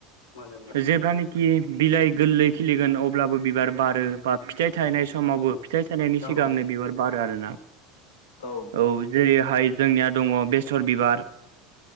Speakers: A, on the left (about 70°); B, on the right (about 65°).
A: मोनो मोनो
B: जेब्लानोखि बिलाइ गोरलै खिलिगोन अब्लाबो बिबार बारो बा फिथाइ थायनाय समावबो फिथाइ थायनायनि
A: औ
B: सिगांनो
A: औ
B: बिबार बारो आरोना
A: औ
B: औ जेरैहाय जोंनिया दङ बेसर बिबार